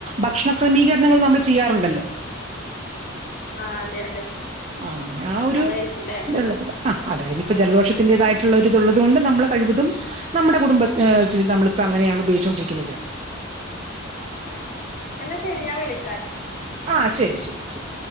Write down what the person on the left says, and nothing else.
ആ അതെ അതെ
അതായിരിക്കുംല്ലേ
ആ
ആഹ എന്നാ ശരി ഞാൻ വിള